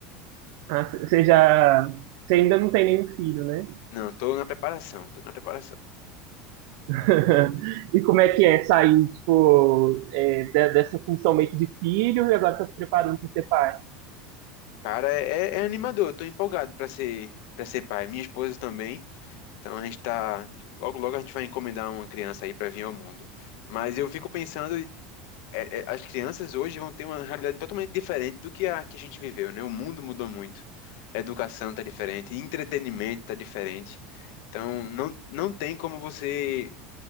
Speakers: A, on the right; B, on the left.
A: ah, você já, você ainda não tem nenhum filho, né?
B: Não, tô na preparação, tô na preparação.
A: <laughs> E como é que é sair, tipo, é, de- dessa função meio que de filho e agora tá se preparando para ser pai?
B: Cara, é, é animador, eu tô empolgado pra ser, para ser pai. Minha esposa também. Então a gente tá. Logo, logo a gente vai encomendar uma criança aí pra vir ao mundo. Mas eu fico pensando, é, é, as crianças hoje vão ter uma realidade totalmente diferente do que a que a gente viveu, né? O mundo mudou muito. A educação tá diferente, entretenimento tá diferente. Então não, não tem como você.